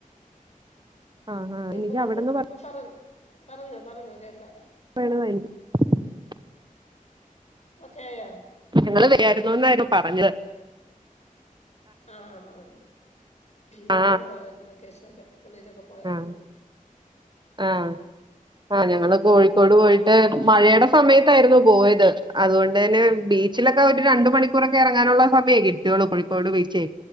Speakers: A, on the right; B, on the left.
A: ആ ആ
B: കേൾക്കുന്നുണ്ട്.
A: എനിക്ക് അവിടെന്ന്
B: ഇപ്പംപറ പറഞ്ഞോ പറഞ്ഞോ കേക്കാം.
A: <unintelligible>
B: ഓക്കെയായോ?
A: ഞങ്ങള് വരായിരുന്നു എന്നായിരുന്നു പറഞ്ഞത്
B: ആ ആണോ? ഞങ്ങളും
A: ആ
B: പോയാരുന്നു വെക്കേഷന്. പള്ളിയിലൊക്കെ പോയായിരുന്നു.
A: ആ ആ
B: പിന്നെ
A: ആ ഞങ്ങള്
B: ഇനിയിപ്പം
A: കോഴിക്കോട് പോയിട്ട് മഴയുടെ സമയത്തായിരുന്നു പോയത് അതുകൊണ്ട് തന്നെ
B: ആ ഹാ
A: ബീച്ചിലൊക്കെ ഒരു രണ്ട മണി പുറക്കെ ഇറങ്ങാനുള്ള സമയേ കിട്ടിയുള്ളൂ കോഴിക്കോട് ബിച്ചേ.